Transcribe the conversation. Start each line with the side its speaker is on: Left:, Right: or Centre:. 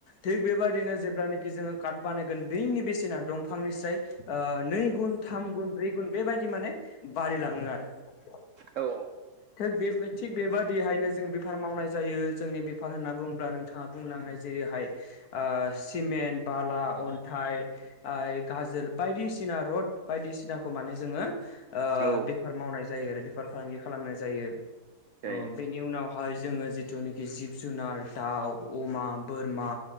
Left: थग बेबादि नो जेलानोखि जोङो काट बानायगोन बैनि बेसेना दंफांनिस्राय नै गुन थाम गुन ब्रै गुन बेबायदि माने बारलाङो आरो
Right: औ
Left: थिग बे थिग बेबादिहायनो जों बेफार मावनाय जायो जोंनि बेफार होनना बुङोब्ला नोंथां ङा बुंलांनाय जेरैहाय सिमेन्ट बाला अन्थाइ गाजोल बायदिसिना रड बायदिसिनाखौ माने जोङो ओ
Right: औ
Left: बेफार मावनाय जायो आरो बेफार फालांगि खालामनाय जायो
Right: जायो
Left: औ बे नि उनावहाय जोङो जिथुनाखि जिब जुनार दाउ अमा बोरमा